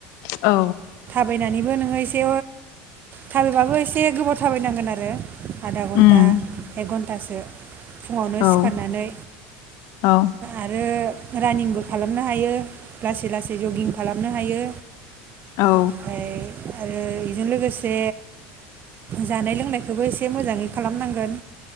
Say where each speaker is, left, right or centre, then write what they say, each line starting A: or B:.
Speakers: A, on the left (about 65°); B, on the right (about 35°).
A: औ
B: फैनानैबो नोङो एसे थाबायबाबो एसे गोबाव थाबाय नांगोन आधा घन्टा
A: उम
B: एकघन्टास <inaudible> फुंङावनो
A: औ
B: सिख फाननानै
A: औ
B: आरो रानिंबो खालामनो हायो लासै लासै जगिं खालामनो हायो
A: औ
B: ओमफ्राय आरो इजों लोगोसे जानाय लोंनायखौबो इसे मोजाङै खालामनांगोन